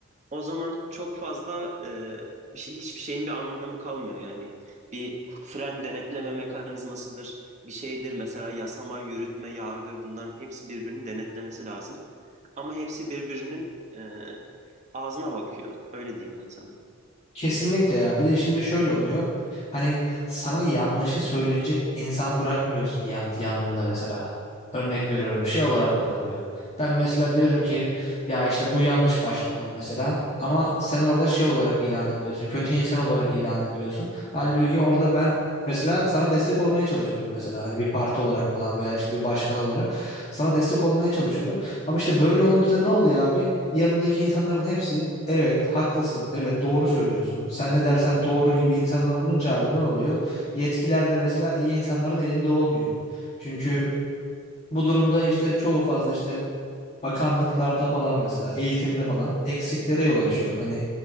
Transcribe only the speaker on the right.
O zaman çok fazla e, bir şey hiçbir şeyin bir anlamı kalmıyor. Yani bir fren denetleme mekanizmasıdır, bir şeydir. Mesela yasama, yürütme, yargı bunların hepsi birbirini denetlemesi lazım. Ama hepsi birbirinin e, ağzına bakıyor. Öyle diyeyim ben sana.